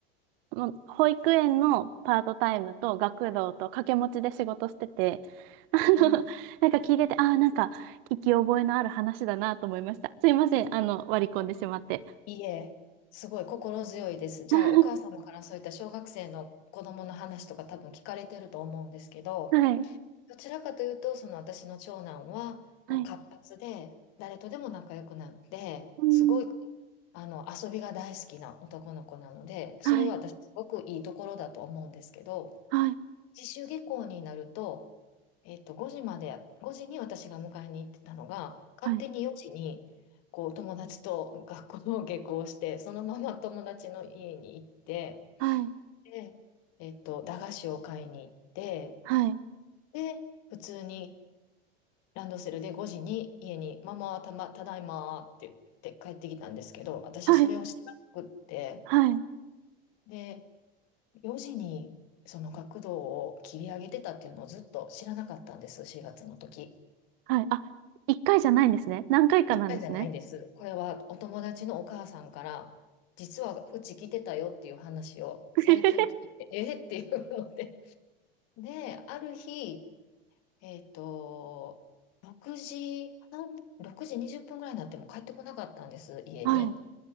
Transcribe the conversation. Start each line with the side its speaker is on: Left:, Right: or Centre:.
Right: もう保育園のパートタイムと学童と掛け持ちで仕事してて、<laughs> あの、
Left: うん
Right: なんか聞いてて、ああ、なんか聞き覚えのある話だなと思いました。すいません、あの、割り込んでしまって。
Left: いえ、すごい心強いです。じゃあ、
Right: <laughs>
Left: お母様からそういった小学生の子供の話とか多分聞かれてると思うんですけど、
Right: はい、
Left: どちらかというと、その私の長男はこう活発で、
Right: はい、
Left: 誰とでも仲良くなって、
Right: うん、
Left: すごいあの遊びが大好きな男の子なので、それは私すごくいいところだと思うんですけど、
Right: はい、はい、
Left: 自主下校になると、えっと、5時まで、5時に私が迎えに行ってたのが、勝手に4時に、
Right: はい、
Left: こう、友達と学校の下校して、そのまま <laughs> 友達の家に行って、
Right: はい、
Left: で、えっと、駄菓子を買いに行って、
Right: はい、
Left: で、普通にランドセルで5時に家に、ママ、たま、ただいまって言って帰ってきたんですけど、私それを知らなくって、
Right: はい、はい、
Left: で、4時にその学童を切り上げてたっていうのをずっと知らなかったんです、4月の時。
Right: はい、あ、一回じゃないんですね。何回かなんですね。
Left: 一回じゃないんです。これはお友達のお母さんから、実はうち来てたよっていう話を最近聞いて、
Right: <laughs>
Left: えーっていうので。で、ある日、えっと、6時半、6時20分ぐらいになっても帰ってこなかったんです、家に。
Right: はい、